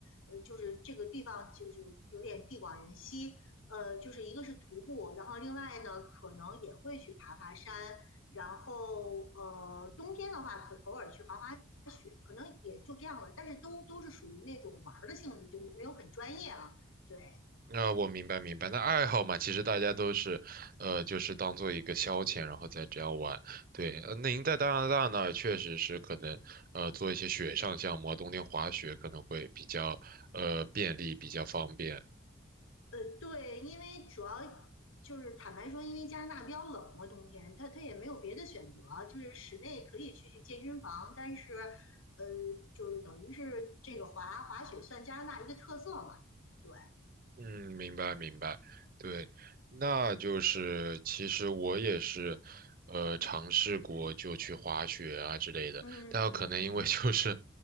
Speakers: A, on the left; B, on the right.
A: 呃，就是这个地方就是有点地广人稀，呃，就是一个是徒步，然后另外呢可能也会去爬爬山，然后呃冬天的话可偶尔去滑滑雪，可能也就这样了，但是都都是属于那种玩儿的性质，就没有很专业啊，对。
B: 啊、我明白明白。那爱好嘛，其实大家都是，呃，就是当做一个消遣，然后再这样玩。对，呃那您在加拿大呢，确实是可能，呃，做一些雪上项目啊冬天滑雪可能会比较，呃，便利，比较方便。
A: 呃，对，因为主要就是坦白说，因为加拿大比较冷嘛，冬天，它它也没有别的选择，就是室内可以去去健身房，但是，呃，就是等于是这个滑滑雪算加拿大一个特色嘛，对，
B: 嗯，明白明白，对，那就是其实我也是，呃，尝试过就去滑雪啊之类的，
A: 嗯嗯
B: 但有可能因为就是，